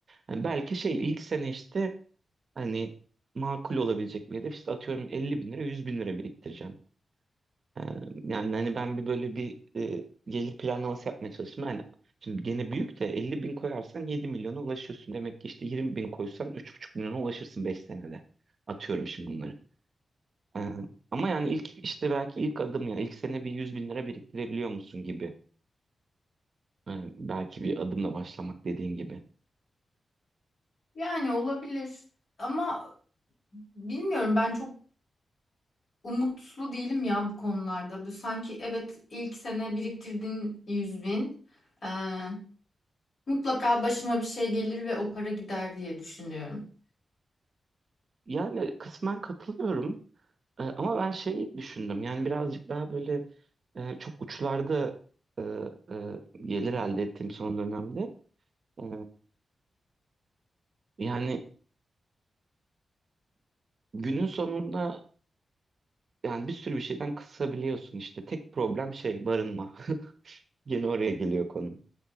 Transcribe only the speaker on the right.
Yani belki şey ilk sene işte hani makul olabilecek bir hedef işte atıyorum 50 bin lira 100 bin lira biriktireceğim. Ee, yani hani ben bir böyle bir e, gelir planlaması yapmaya çalıştım. Yani şimdi gene büyük de 50 bin koyarsan 7 milyona ulaşıyorsun. Demek ki işte 20 bin koysan 3,5 milyona ulaşırsın 5 senede. Atıyorum şimdi bunları. Ee, ama yani ilk işte belki ilk adım ya ilk sene bir 100 bin lira biriktirebiliyor musun gibi. Ee, belki bir adımla başlamak dediğin gibi.
Yani kısmen katılıyorum E, ama ben şeyi düşündüm yani birazcık daha böyle e, çok uçlarda e, e, gelir elde ettiğim son dönemde E, yani günün sonunda yani bir sürü bir şeyden kısabiliyorsun işte tek problem şey barınma <laughs> gene oraya geliyor konu